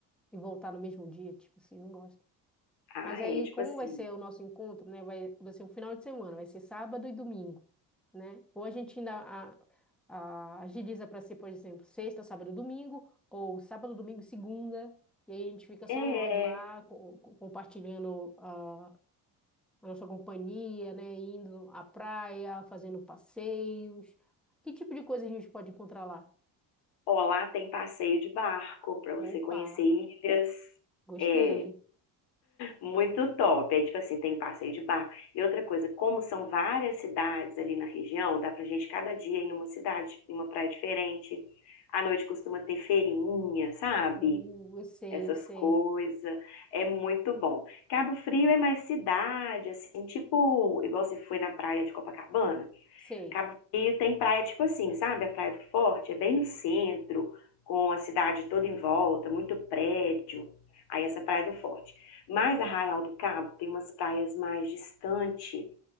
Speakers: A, in the centre; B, on the left.
A: e voltar no mesmo dia, tipo assim, não gosto.
B: Ah,
A: Mas aí,
B: é, tipo
A: como
B: assim.
A: vai ser o nosso encontro, né? Vai, vai ser um final de semana, vai ser sábado e domingo, né? Ou a gente ainda a, a, agiliza para ser, por exemplo, sexta, sábado e domingo, ou sábado, domingo e segunda, e aí a gente fica só
B: É.
A: nós lá co- co- compartilhando ah, a nossa companhia, né? Indo à praia, fazendo passeios. Que tipo de coisa a gente pode encontrar lá?
B: Ó, lá tem passeio de barco para você
A: Opa,
B: conhecer ilhas.
A: gostei.
B: É muito top. Aí, tipo assim, tem passeio de barco. E outra coisa, como são várias cidades ali na região, dá pra gente cada dia ir em uma cidade, em uma praia diferente. À noite costuma ter feirinha, sabe?
A: Uh, eu sei,
B: Essas
A: eu sei,
B: coisas. É muito bom. Cabo Frio é mais cidade, assim, tipo, igual você foi na praia de Copacabana.
A: sei.
B: Cabo Frio tem praia tipo assim, sabe? A Praia do Forte é bem no centro, com a cidade toda em volta, muito prédio. Aí essa é a Praia do Forte. Mas Arraial do Cabo tem umas praias mais distante.